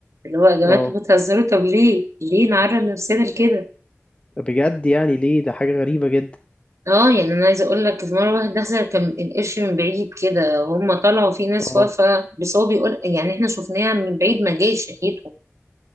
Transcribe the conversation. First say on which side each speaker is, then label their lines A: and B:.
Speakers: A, on the right; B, on the left.
A: اللي هو يا جماعه
B: آه
A: انتوا بتهزروا طب ليه ليه نعرض نفسنا لكده
B: بجد يعني ليه ده حاجة غريبة جدا
A: اه يعني انا عايزه اقول لك في مره واحد دخل كان القرش من بعيد كده هم طلعوا في ناس
B: آه
A: واقفه بس هو بيقول يعني احنا شفناه من بعيد ما جاش ناحيته